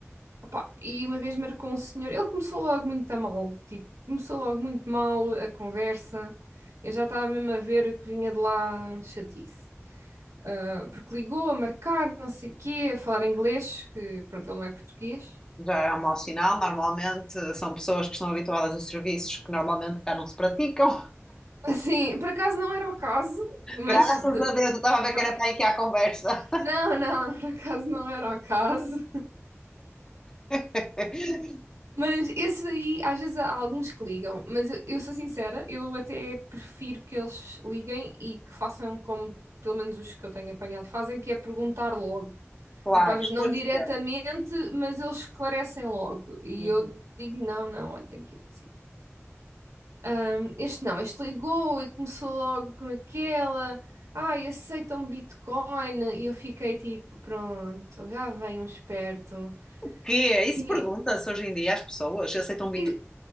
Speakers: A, on the right; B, on the left.
A: Opá, e uma vez marcou um senhor, ele começou logo muito a mal, tipo, começou logo muito mal a conversa. Eu já estava mesmo a ver que vinha de lá chatice. Ah, porque ligou a marcar, não sei o quê, a falar inglês, que pronto, ele não é português.
B: Já é um mau sinal, normalmente eh, são pessoas que estão habituadas a serviços que normalmente cá não se praticam.
A: Sim, por acaso não era o caso, mas
B: Graças
A: de-
B: a Deus, eu estava a ver
A: por-
B: que era para aqui a conversa.
A: não, não, <laughs> por acaso não era o caso.
B: <laughs>
A: Mas esses aí, às vezes há alguns que ligam, mas eu, eu sou sincera, eu até prefiro que eles liguem e que façam como pelo menos os que eu tenho apanhado fazem, que é perguntar logo.
B: Claro,
A: Tipo, às
B: esclarecer.
A: vezes não diretamente, mas eles esclarecem logo. E
B: Uhum.
A: eu digo, não, não, olha, tenho que ir ao Hum, Este não, este ligou e começou logo com aquela. Ai, aceitam Bitcoin. E eu fiquei tipo, pronto, já vem um esperto.
B: Que é, isso
A: E,
B: pergunta-se hoje em dia às pessoas, se aceitam Bitcoin.
A: e-